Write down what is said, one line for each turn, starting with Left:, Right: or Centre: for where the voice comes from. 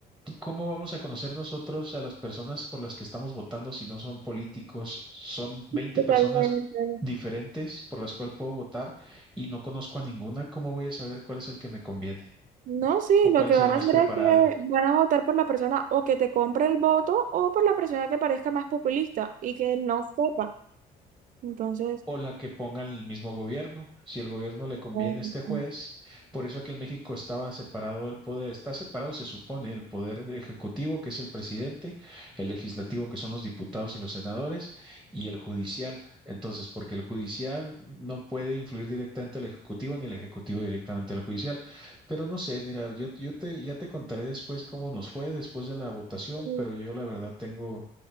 Centre: ¿cómo vamos a conocer nosotros a las personas por las que estamos votando si no son políticos? Son veinte
Right: Totalmente.
Centre: personas diferentes por las cuales puedo votar y no conozco a ninguna. ¿Cómo voy a saber cuál es el que me conviene
Right: No, sí,
Centre: o cuál
Right: lo que
Centre: es
Right: van
Centre: el más
Right: a hacer
Centre: preparado?
Right: es que van a votar por la persona o que te compre el voto o por la persona que parezca más populista y que no sepa. Entonces,
Centre: o la que pongan el mismo gobierno, si el gobierno le conviene
Right: este,
Centre: a este juez. Por eso aquí en México estaba separado el poder, está separado, se supone, el poder ejecutivo, que es el presidente, el legislativo, que son los diputados y los senadores, y el judicial. Entonces, porque el judicial no puede influir directamente al ejecutivo ni el ejecutivo directamente al judicial. Pero no sé, mira, yo, yo te, ya te contaré después cómo nos fue después de la votación,
Right: Mm.
Centre: pero yo la verdad tengo